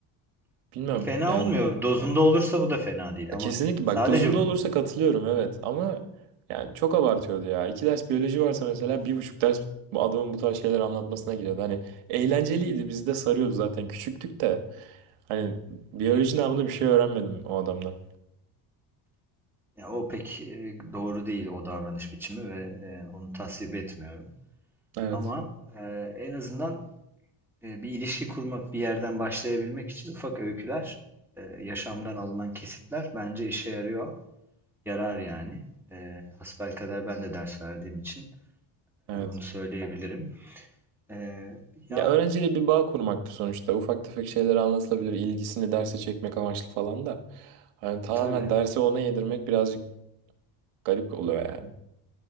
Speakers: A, on the right; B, in the centre.
A: Bilmem
B: Fena
A: yani
B: olmuyor. Dozunda olursa bu da fena değil ama
A: Kesinlikle
B: sadece
A: bak dozunda
B: bunun,
A: olursa katılıyorum evet ama yani çok abartıyordu ya. İki ders biyoloji varsa mesela bir buçuk ders bu adamın bu tarz şeyler anlatmasına giriyordu. Hani eğlenceliydi bizi de sarıyordu zaten küçüktük de hani biyoloji namında bir şey öğrenmedim o adamdan.
B: ya o pek e, doğru değil o davranış biçimi ve e, onu tasvip etmiyorum.
A: Evet.
B: Ama e, en azından E, bir ilişki kurmak, bir yerden başlayabilmek için ufak öyküler, e, yaşamdan alınan kesitler bence işe yarıyor. Yarar yani. E, hasbelkader ben de ders verdiğim için
A: Evet.
B: e, bunu söyleyebilirim. E, ya
A: Ya öğrenciyle bir bağ kurmaktı sonuçta. Ufak tefek şeyler anlatılabilir. ilgisini derse çekmek amaçlı falan da. Hani tamamen
B: tabii
A: dersi ona yedirmek birazcık garip oluyor yani.